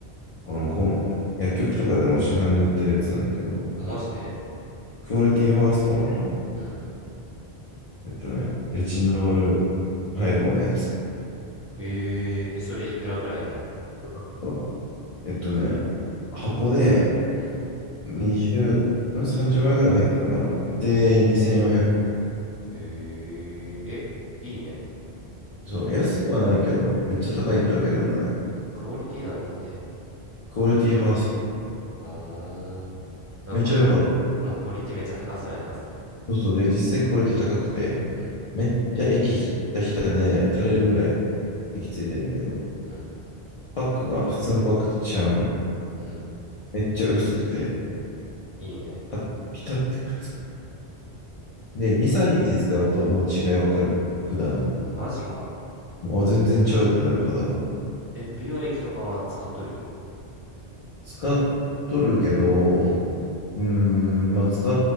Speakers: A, on the left; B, on the right.
A: このこう、薬局とかでも市販で売ってるやつなんだけど、
B: あマジで
A: クオリティファーストの、
B: うん
A: えっとね、レチノール配合のやつ。
B: えー、えそれいくらぐらいなん
A: このえっとね、箱で
B: うん
A: 20、ん30枚ぐらい入ってるのかなで、
B: うん
A: 2400円。
B: えー、えいいね
A: そう、安くはないけど、めっちゃ高いってわけでもない。
B: クオリティ何って
A: クオリティファースト。
B: あーなんかもうもうクオリティめっちゃ高そうやなそれ
A: めっちゃ良かったよ。そうそう。で、実際クオリティ高くて、
B: うん
A: めっちゃ液ひたひたで垂れるぐらい
B: うん
A: 液ついてんだけど、
B: うん
A: パックが普通のパックと違うのよ。
B: うん
A: めっちゃ薄くて、
B: いいね
A: はピタってくっつく。で、2、3日使うともう違いわかる。普段の。
B: あマジか
A: あ、全然ちゃうってなる肌が。
B: え美容液とかは使っとる
A: 使っとるけど、
B: うん
A: うーん、まあ使